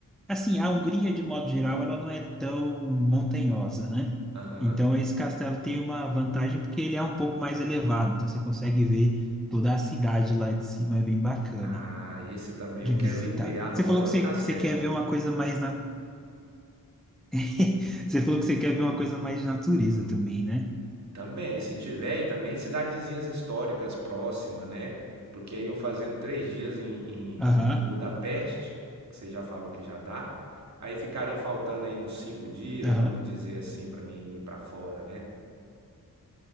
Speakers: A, in the centre; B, on the right (about 55°).
A: assim, a Hungria, de modo geral, ela não é tão montanhosa, né?
B: aham.
A: Então, esse castelo tem uma vantagem porque ele é um pouco mais elevado, então você consegue ver toda a cidade lá de cima, é bem bacana
B: Ah, esse também
A: de
B: eu
A: visitar.
B: quero ir ver. Adoro
A: Você falou que você,
B: castelo.
A: que você quer ver uma coisa mais na... <laughs> Você falou que você quer ver uma coisa mais de natureza também, né?
B: Também, se tiver, e também cidadezinhas históricas próximas, né? Porque aí eu fazendo três dias em, em,
A: Aham,
B: em Budapeste, que você já falou que já dá, aí ficaria faltando aí uns cinco dias,
A: aham.
B: vamos dizer assim, para mim ir para fora, né?